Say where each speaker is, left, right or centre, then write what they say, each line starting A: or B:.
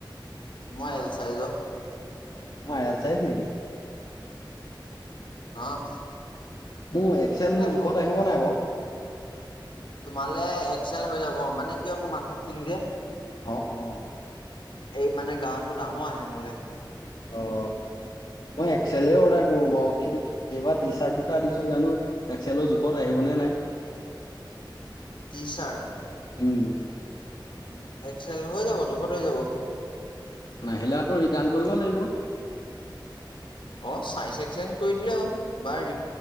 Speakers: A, on the left; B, on the left.
A: মই এল চাইজৰ।
B: অ' এল চাইজ নেকি।
A: <unintelligible>
B: মোৰ এক্সেল
A: এ
B: মোৰ জোখত আহিব নাই বাৰু।
A: তোমালে এক্সেল হৈ যাব মানে কিয় মোৰ মানুহটো ক্ষিণ যে।
B: অ', অ'।
A: এই মানে গাটো ডাঙৰ আহে মোলে।
B: অ' মই এক্সলেই অৰ্ডাৰ কৰোঁ
A: তেনে
B: বাৰু কিন্তু কি এইবাৰ টি চাৰ্ট দুটা আনিছোঁ জানো একচেলৰ জোখত আহিবনে নাই।
A: T shirt.
B: উম।
A: উম, এক্সেল হৈ যাব জোখত হৈ যাব।
B: নাহিলে আকৌ ৰিটাৰ্ণ কৰিব লাগিব।
A: অ' চাইজ এক্সচেঞ্জ কৰি দিলে হ'ল, বা ৰি